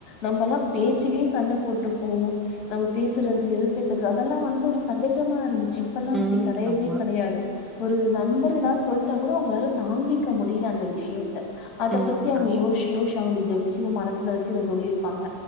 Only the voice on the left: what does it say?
நம்மல்லாம் பேச்சிலேயே சண்டை போட்டு போவோம் நம்ம பேசுறது வெறுப்பேத்துறது அதெல்லாம் வந்து ஒரு சகஜமா இருந்து ச இப்பெல்லாம் அப்படி
கடையவே
கெடையாது ஒரு நண்பர் ஏதாவது சொல்ட்டா கூட உங்களால தாங்கிக்க முடியல அந்த விஷயத்த அத
பத்தி அவங்க
யோசு யோசு அவங்க இதைச்ச சின்ன மனசுல வச்சு அத சொல்லிருப்பாங்க